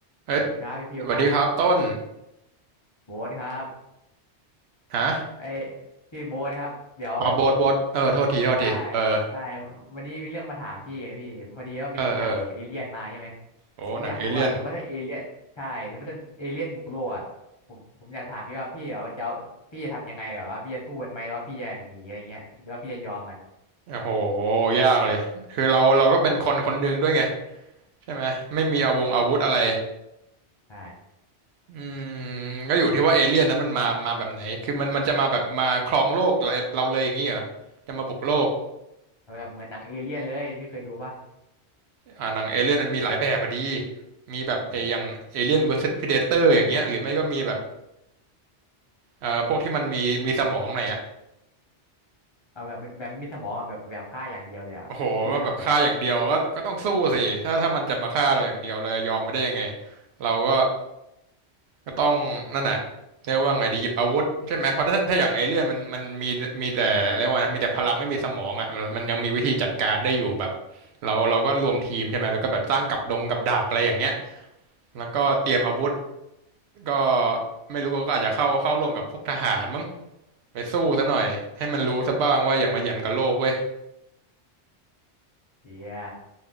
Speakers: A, on the right (about 70°); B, on the left (about 30°).
A: เอ้ย
B: สวัสดีครับพี่พิวครับ
A: สวัสดีครับต้น
B: โบ๊ทครับ
A: ฮะ
B: ไอ้ยพี่โบ๊ทครับเดี๋ยว
A: อ๋อโบทโบทเออโทษทีโทษทีเบอร์
B: ใช่ใช่วันนี้มีเรื่องมาถามพี่ไงพี่พอดีว่าไปดูหนังเอเลี่ยนมาใช่ไหม
A: เออเออโอ้หนังเอเลี่ยน
B: ผมอยากรู้ว่าสมมติถ้าเอเลี่ยนใช่สมมติถ้าเอเลี่ยนบุกโลกอ่ะผมผมอยากถามพี่ว่าพี่แบบว่าจะเอาพี่จะทำยังไงแบบว่าพี่จะสู้มันไหมหรือว่าพี่จะหนีอะไรเงี้ยหรือว่าพี่จะยอมมัน
A: โอ้โหยากเลยคือเราเราก็เป็นคนคนหนึ่งด้วยไง ใช่ไหม ไม่มีอาวงอาวุธอะไร
B: ใช่ใช่
A: อืมก็อยู่ที่ว่าเอเลี่ยนนั้นมันมามาแบบไหนคือมันมันจะมาแบบมาครองโลกเราเราเลยอย่างนี้เหรอจะมาบุกโลก
B: แบบเหมือนหนังเอเลี่ยนเลยพี่เคยดูป่ะ
A: อ่าหนังเอเลี่ยนมันมีหลายแบบอะดี มีแบบเอออย่างเอเลี่ยน
B: โอ้โห
A: vs Predator อย่างเงี้ยหรือไม่ก็มีแบบเอ่อพวกที่มันมีมีสมองหน่อยอะ
B: เอาแบบแบบไม่มีสมองอะแบบแบบฆ่าอย่างเดียวเลยอ่ะพี่ทำไงอ่ะ
A: โอ้โหว่าแบบฆ่าอย่างเดียวก็ก็ต้องสู้สิถ้าถ้ามันจะมาฆ่าเราอย่างเดียวเราจะยอมไม่ได้ยังไงเราก็ก็ต้องนั่นแหละเรียกว่าไงดีหยิบอาวุธใช่ไหมเพราะถ้าถ้าอย่างเอเลี่ยนมันมันมีมีแต่เรียกว่านะมีแต่พลังไม่มีสมองอ่ะมันมันยังมีวิธีจัดการได้อยู่แบบเราเราก็รวมทีมใช่ไหมแล้วก็แบบสร้างกับดงกับดักอะไรอย่างเงี้ยแล้วก็เตรียมอาวุธก็ไม่รู้ว่าก็อาจจะเข้าเข้าร่วมกับพวกทหารมั้งไปสู้ซะหน่อยให้มันรู้ซะบ้างว่าอย่ามาเหยี่ยมกับโลกเว้ย
B: เฮีย